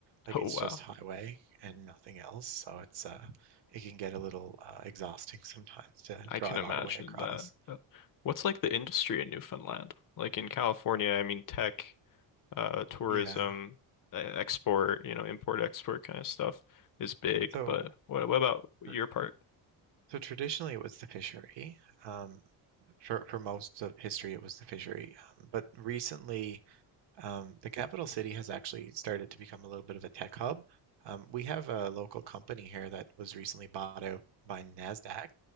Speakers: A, on the right; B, on the left.
A: Like
B: Oh
A: it's
B: wow.
A: just highway and nothing else, so it's uh it can get a little uh, exhausting sometimes to
B: I
A: drive
B: can imagine
A: all the way across.
B: that. Uh, What's like the industry in Newfoundland? Like in California, I mean tech, uh tourism,
A: Yeah.
B: e- export, you know, import export kind of stuff is big,
A: So
B: but what what about your
A: er,
B: part?
A: so traditionally it was the fishery. Um, for, for most of history, it was the fishery. Um, But recently, um, the capital city has actually started to become a little bit of a tech hub. Um, we have a local company here that was recently bought out by NASDAQ